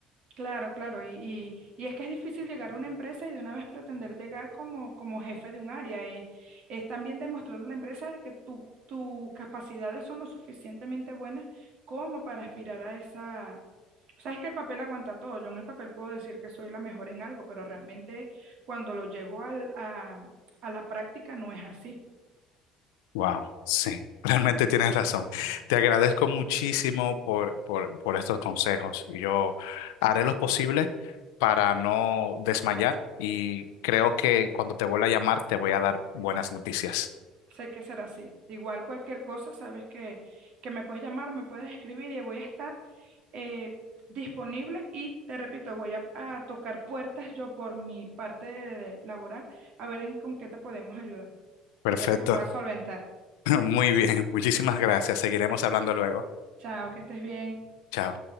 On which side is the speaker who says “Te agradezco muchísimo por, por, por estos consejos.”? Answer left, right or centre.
Left